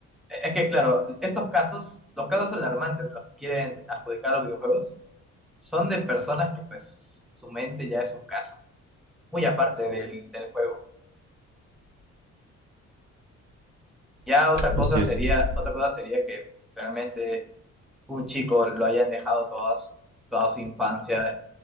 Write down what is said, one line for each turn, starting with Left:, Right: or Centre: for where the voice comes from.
Centre: e, Es que claro, estos casos, los casos alarmantes de los que quieren adjudicar los videojuegos, son de personas que pues su mente ya es un caso. muy aparte del, del juego. Ya otra cosa
Right: Así
Centre: sería,
Right: es. <laughs>
Centre: otra cosa sería que realmente un chico lo hayan dejado toda su, toda su infancia